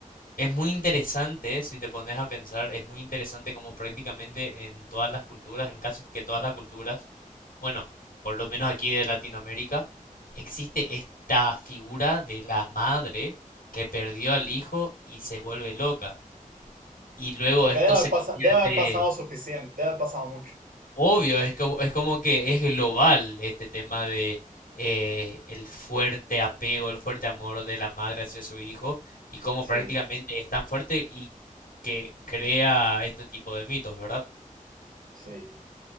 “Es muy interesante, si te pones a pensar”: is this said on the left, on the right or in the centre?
Left